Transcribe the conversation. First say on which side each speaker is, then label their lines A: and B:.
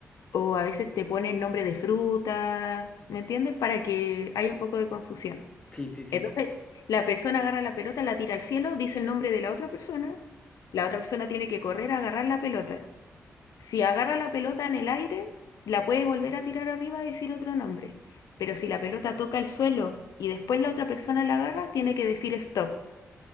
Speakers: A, on the left; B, on the left.
A: o a veces te ponen nombre de fruta, ¿me entiendes? Para que haya un poco de confusión.
B: Sí, sí, sí.
A: Entonces, la persona agarra la pelota, la tira al cielo, dice el nombre de la otra persona, la otra persona tiene que correr a agarrar la pelota. Si agarra la pelota en el aire, la puede volver a tirar arriba y decir otro nombre. Pero si la pelota toca el suelo y después la otra persona la agarra, tiene que decir stop.